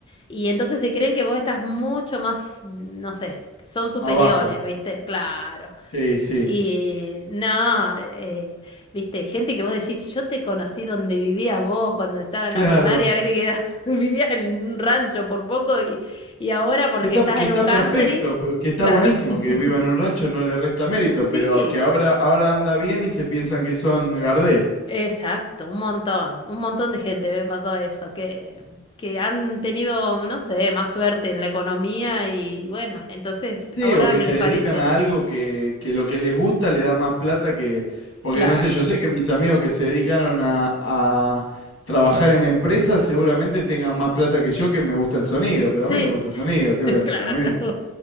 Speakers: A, on the left; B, on the left.
A: Y entonces se creen que vos estás mucho más, mm, no sé, son superiores,
B: abajo.
A: ¿viste? Claro.
B: Sí, sí.
A: Y no, eh, viste, gente que vos decís, yo te conocí donde vivías vos cuando estaba en
B: Claro.
A: la primaria, viste que eras- <laughs> vivías en un rancho por poco y, y ahora porque
B: Que está,
A: estás
B: que
A: en
B: está
A: un country,
B: perfecto, pu- que está
A: claro.
B: buenísimo
A: <laughs>
B: que viva en un rancho, no le resta mérito, pero
A: Sí,
B: que ahora, ahora anda bien y se piensan que son Gardel.
A: exacto, un montón, un montón de gente me pasó eso, que, que han tenido, no sé, más suerte en la economía y bueno, entonces
B: Sí,
A: ahora
B: o que
A: les
B: se dedican
A: parece,
B: a algo que, que lo que les gusta le da más plata que... Porque
A: claro,
B: no sé, yo sé que mis amigos que se dedicaron a, a trabajar en empresas seguramente tengan más plata que yo que me gusta el sonido, pero
A: sí.
B: a mí me gusta
A: <laughs>
B: el sonido, ¿qué voy a hacer?
A: Claro.
B: A mí